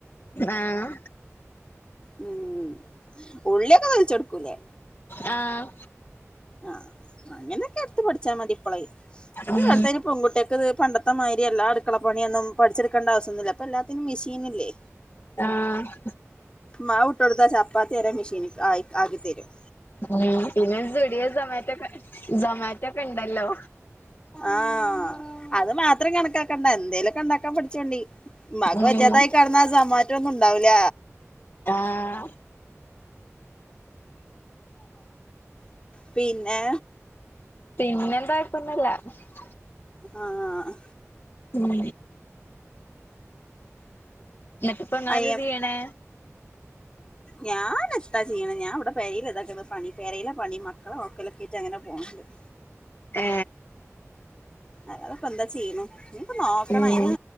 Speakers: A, on the left; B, on the left.
A: ആഹ്,
B: ഉം ഉള്ളിയൊക്കെ തൊലിച്ചു കൊടുക്കൂല്ലേ?
A: ആഹ്,
B: ആഹ് അങ്ങനെയൊക്കെ എടുത്ത്- പഠിച്ചാ മതി. ഇപ്പളേ ഇപ്പത്തെ-
A: ഉം
B: കാലത്തയിന് - പെങ്കുട്ട്യക്കത് പണ്ടത്തെ മാരി എല്ലാ അടുക്കള പണിയൊന്നും- പഠിച്ചെടുക്കേണ്ട ആശ്യൊന്നില്ല. ഇപ്പോ എല്ലാത്തിനും മിഷീനില്ലേ.
A: ആഹ്,
B: മാവിട്ടൊടുത്ത ചപ്പാത്തി വരെ- മെഷീൻ ആയി ആക്കിത്തരും.
A: ഉം പിന്നെ, സുടിയോ, സൊമാറ്റോക്കെ- സൊമാറ്റോക്കെണ്ടല്ലോ.
B: ആഹ് അത് മാത്രം കണക്കാക്കണ്ട, എന്തേലൊക്കെണ്ടാക്കാൻ- പഠിച്ചോണ്ടി. മ്മാക്ക്
A: ഉം
B: വജാതായി കെടന്നാ- സമാറ്റൊന്നും ഉണ്ടാവൂല.
A: ആഹ്,
B: പിന്നേ?
A: പിന്നെന്താ? <unintelligible>
B: ആ അഹ്
A: ഉം ഇപ്പ ഇങ്ങളെന്താ
B: അയ്യ
A: ചെയ്യണേ?
B: ഞാൻ എത്താ ചെയ്യണ് ഞാൻ ഇവിടെ പെരേല് ഇതാക്കണ് പണി പെരേലെ പണി മക്കളെ നോക്കലൊക്കെയിറ്റ് അങ്ങനെ പോണ് ണ്ട്
A: ഏ
B: അല്ലാതെപ്പെന്താ ചിയ്യ്ണ് നിപ്പൊ നോക്കണം
A: ഉം
B: അയിന്